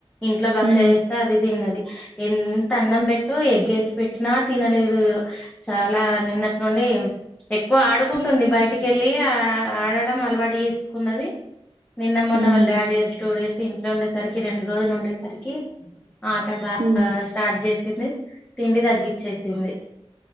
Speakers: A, on the left; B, on the right.
A: ఇంట్లో బక్ష
B: హ్మ్
A: చేస్తే అది తిన్నది ఎంత అన్నం పెట్టి ఎగ్గేసి పెట్టినా తినలేదు చాలా నిన్నటి నుండి ఎక్కువ ఆడుకుంటు బయటికి వెళ్ళి ఆ ఆడడం అలవాటు చేసుకున్నది నిన్న మొన్న
B: హ్మ్
A: వాళ్ళ డాడీ టూ డేస్ ఇంట్లో ఉండేసరికి రెండు రోజులు ఉండేసరికి ఆట బాగా
B: హ్మ్
A: స్టార్ట్ చేసింది తిండి తగ్గచ్చేసింది